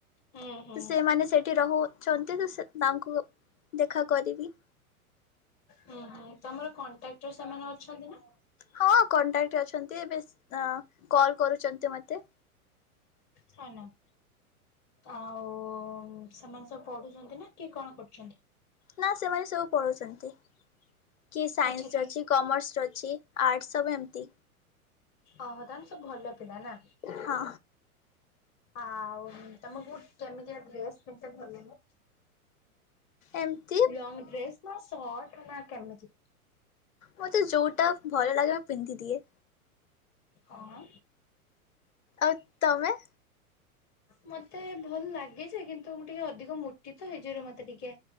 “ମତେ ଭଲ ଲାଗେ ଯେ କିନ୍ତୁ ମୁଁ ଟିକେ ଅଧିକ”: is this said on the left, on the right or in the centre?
Left